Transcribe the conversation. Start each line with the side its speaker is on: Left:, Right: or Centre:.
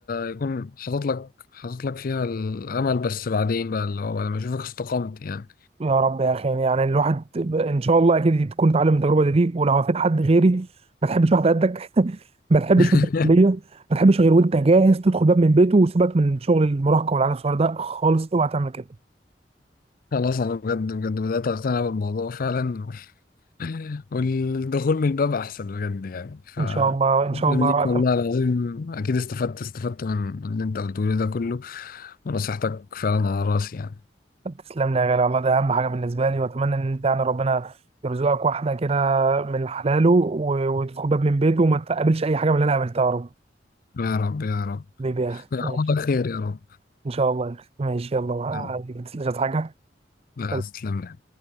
Left: يكون حاطط لك حاطط لك فيها الامل بس بعدين بقى اللي هو بعد ما اشوفك استقمت يعني
Right: يا رب يا اخي يعني يعني الواحد ب- ان شاء الله اكيد تكون اتعلم من التجربه دي ولو هفيد حد غيري ما تحبش واحد قدك <laughs> ما تحبش
Left: <laughs>
Right: وانت في الكليه ما تحبش غير وانت جاهز تدخل باب من بيته وسيبك من شغل المراهقه والعيال الصغيره ده خالص اوعى تعمل كده
Left: خلاص انا بجد بجد بدات اقتنع بالموضوع فعلا <laughs> والدخول من الباب احسن بجد يعني ف
Right: ان شاء الله ان شاء
Left: أتمنى
Right: الله
Left: ليك والله العظيم اكيد استفدت استفدت من من اللي انت قلته لي ده كله ونصيحتك فعلا على راسي يعني
Right: تسلم لي يا غالي والله ده اهم حاجه بالنسبه لي واتمنى ان انت يعني ربنا يرزقك واحده كده من حلاله و- وتدخل باب من بيته وما تقابلش اي حاجه من اللي انا قابلتها يا رب
Left: يا رب يا رب
Right: حبيبي يا اخي
Left: يعوضك
Right: ماشي
Left: خير يا رب
Right: ان شاء الله يا اخي ماشي يلا ما عليك،
Left: يا رب
Right: ما تسلمش عايز حاجه
Left: لا
Right: سلام
Left: تسلم لي